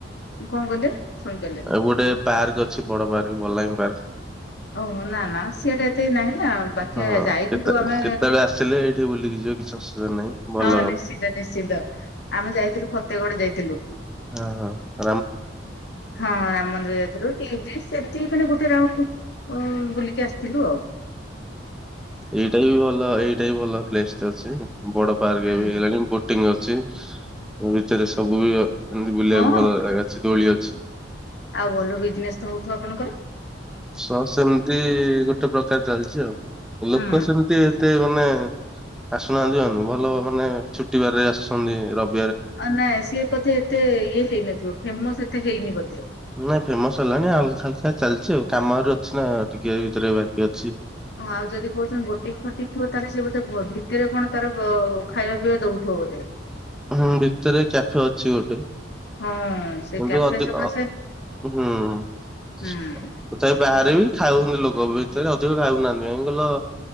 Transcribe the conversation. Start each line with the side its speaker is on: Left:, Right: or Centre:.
Left: କଣ କହିଲେ? ଶୁଣିପାରିଲିନି
Centre: ଆ ଗୋଟେ ପାର୍କ ଅଛି ବଡ ପାର୍କ ବଲାଙ୍ଗୀ ପାର୍କ ।
Left: ଓହୋ ନା ନା ସିଏଟା ଏତେ ନାହିଁ ନା ବାକି
Centre: ହଁ
Left: ଯାଇଥିଲୁ
Centre: କେତେ
Left: ଆମେ
Centre: କେତେବେଳେ ଆସିଲେ ଏଇଠି ବୁଲିକି ଯିବ କିଛି ଅସୁବିଧା ନାହିଁ ଭଲ
Left: ହଁ ନିଶ୍ଚିିତ ନିଶ୍ଚିିତ ଆମେ ଯାଇଥିଲୁ ଫତେଗଡ ଯାଇଥିଲୁ ।
Centre: ହଁ ହଁ ।
Left: ହଁ ରାମ ମନ୍ଦିର ଯାଇଥିଲୁ <unintelligible> ମାନେ ଗୋଟେ ରାଉଣ୍ଡ। ଓ ବୁଲିକି ଆସିଥିଲୁ ଆଉ' ।
Centre: ଏଇଟା ବି ଭଲ ଏଇଟା ବି ଭଲ ପ୍ଲେସ ଟେ ଅଛି ବଡ ପାର୍କ
Left: ହୁଁ
Centre: ହେଇଗଲାଣି ବୋଟିଂ ଅ । ମ ଭିତରେ ସବୁ ବି ଏମିତି ବୁଲିବାକୁ
Left: ହଁ
Centre: ଭଲ ଅଛି ଦୋଳି ଅଛି।
Left: ଆଉ ଭଲ ବିଜନେସ୍ ତ ହଉଥିବ ଆପଣଙ୍କର?
Centre: ସହ ସେମିତି ଗୋଟେ ପ୍ରକାର ଚାଲିଛି ଆଉ ଲୋକ
Left: ହୁଁ
Centre: ସେମିତି ଏତେ ମାନେ ଆସୁନାହାନ୍ତି ଆ ଭଲ ମାନେ ଛୁଟିବାର ଆସୁଛନ୍ତି ରବ।
Left: ଆ ନାଇଁ ସିଏ ବୋଧେ ଏତେ ଇଏ ହେଇନଥିବ ଫେମସ ଏତେ ହେଇନି ବୋଧେ।
Centre: ନାଇଁ ଫେମସ ହେଲାଣି ହାଲକା ହାଲକା ଚାଲିଛି ଆଉ। କାମରେ ଅଛି ନା ଟିକେ ଭିତରେ ବାକି ଅଛି।
Left: ଆଉ ଯଦି କହୁଛନ୍ତି ବୋଟିଂ ଫୋଟିଂ ଥିବ ତାହେଲେ ସିଏ ବୋ ଭିତରେ କଣ ତାର ଖାଇବା ପିଇବା ଦଉଥିବ। ବ ବୋଧେ। <unintelligible>
Centre: ହୁଁ ଭିତରେ କ୍ୟାଫେ ଅଛି ଗୋଟେ।
Left: ହଁ ସେ
Centre: କିନ୍ତୁ
Left: କ୍ୟାଫେ
Centre: ଅଧିକ
Left: ସକାଶେ
Centre: ହୁଁ ତଥାପି
Left: ହୁଁ
Centre: ବାହାରେ ବି ଖାଉଛନ୍ତି ଲୋକ ଭିତରେ ଅଧିକ ଖାଉନାହାନ୍ତି କାଇଁ କହିଲ